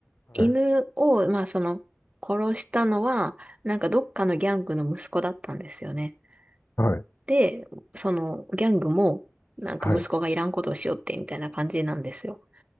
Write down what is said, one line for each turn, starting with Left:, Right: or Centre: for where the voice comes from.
Right: 犬を、
Left: い、
Right: まあその、殺したのは、なんかどっかのギャングの息子だったんですよね。
Left: はい、
Right: で、その、ギャングも、なんか息子がいらんことをしよって、
Left: はい。
Right: みたいな感じなんですよ。